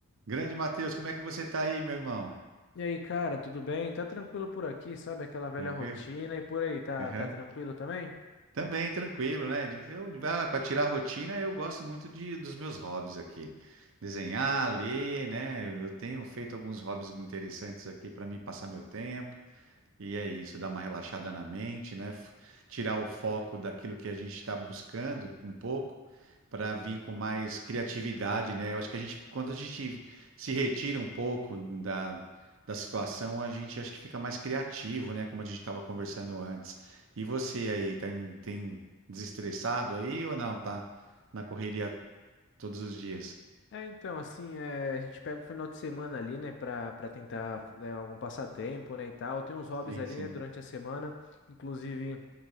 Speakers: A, on the right; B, on the left.
A: Grande Matheus, como é que você tá aí, meu irmão?
B: E aí, cara, tudo bem? Tá tranquilo por aqui, sabe? Aquela velha
A: Tranquilo?
B: rotina e por aí, tá,
A: Aham.
B: tá tranquilo também?
A: Também tranquilo, né? De- Eu, para tirar a rotina, eu gosto muito de, dos meus hobbies aqui. Desenhar, ler, né? Eu tenho feito alguns hobbies interessantes aqui para mim passar meu tempo. E é isso, dar uma relaxada na mente, né? F- Tirar o foco daquilo que a gente está buscando um pouco, para vir com mais criatividade, né? Eu acho que a gente, quando a gente se retira um pouco da, da situação, a gente acho que fica mais criativo, né? Como a gente estava conversando antes. E você aí, tem, tem desestressado aí ou não? Tá na correria todos os dias?
B: É, então, assim, é, a gente pega o final de semana ali, né, pra, pra tentar, né, algum passatempo, né, e tal. Tem uns hobbies
A: Sim,
B: ali,
A: sim.
B: né, durante a semana, inclusive.